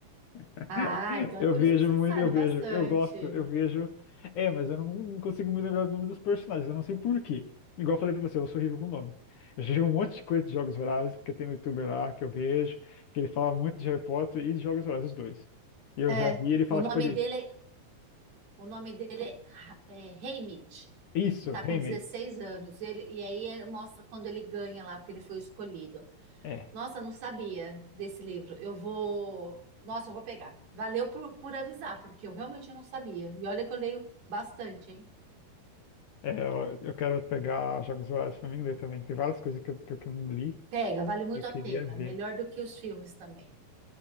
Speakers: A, on the left; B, on the right.
A: <laughs>
B: Ah, então
A: Eu
B: é por
A: vejo
B: isso que você
A: muito,
B: sabe
A: eu vejo,
B: bastante.
A: eu gosto, eu vejo. É, mas eu não consigo me lembrar do nome dos personagens, eu não sei por quê. Igual eu falei pra você, eu sou horrível com nome. Eu já vi um monte de coisa de Jogos Vorazes, porque tem um youtuber lá que eu vejo, que ele fala muito de Harry Potter e de Jogos Vorazes os dois. E eu já
B: É,
A: vi ele falar,
B: o
A: tipo,
B: nome
A: ele,
B: dele, o nome dele é, Ha- é Haymitch.
A: isso,
B: Tá com
A: Handmaid.
B: 16 anos. Ele, e aí ele mostra quando ele ganha lá, porque ele foi escolhido.
A: É,
B: Nossa, eu não sabia desse livro. Eu vou, nossa, eu vou pegar. Valeu por, por avisar, porque eu realmente não sabia. E olha que eu leio bastante, hein?
A: É, eu, eu quero pegar Jogos Vorazes pra mim ler também. Tem várias coisas que eu, que eu que eu não li,
B: Pega, vale muito
A: que eu
B: a
A: queria
B: pena.
A: ver.
B: Melhor do que os filmes também.